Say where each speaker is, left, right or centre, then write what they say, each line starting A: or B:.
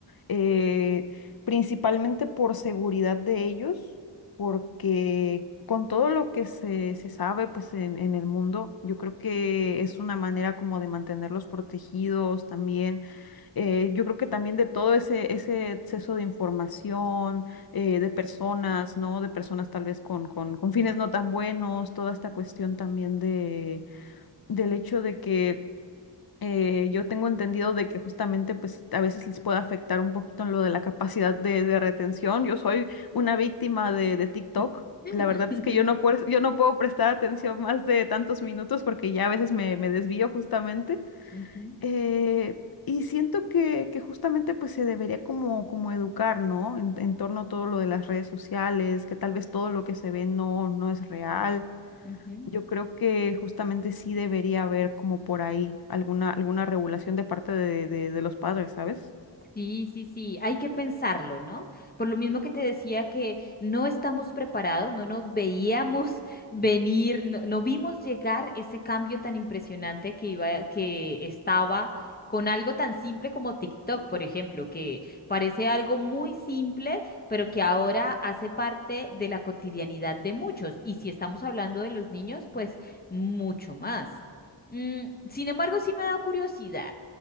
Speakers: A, on the left (about 55°); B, on the left (about 20°).
A: eh, principalmente por seguridad de ellos, porque con todo lo que se, se sabe pues en, en el mundo, yo creo que es una manera como de mantenerlos protegidos también eh, yo creo que también de todo ese, ese exceso de información, eh, de personas, ¿no? De personas tal vez con, con, con fines no tan buenos, toda esta cuestión también de, del hecho de que eh, yo tengo entendido de que justamente pues a veces les puede afectar un poquito en lo de la capacidad de, de retención. Yo soy una víctima de, de TikTok.
B: <laughs>
A: La verdad es que yo no puedo, yo no puedo prestar atención más de tantos minutos porque ya a veces me, me desvío justamente.
B: Ujú,
A: Eh, y siento que, que justamente pues se debería como, como educar, ¿no? En, en torno a todo lo de las redes sociales, que tal vez todo lo que se ve no, no es real.
B: ujú.
A: Yo creo que justamente sí debería haber como por ahí alguna, alguna regulación de parte de, de, de los padres, ¿sabes?
B: Sí, sí, sí, hay que pensarlo, ¿no? Por lo mismo que te decía que no estamos preparados, no nos veíamos <laughs> venir, no, no vimos llegar ese cambio tan impresionante que iba, que estaba con algo tan simple como TikTok, por ejemplo, que parece algo muy simple, pero que ahora hace parte de la cotidianidad de muchos. Y si estamos hablando de los niños, pues mucho más. Mm, sin embargo, sí me da curiosidad.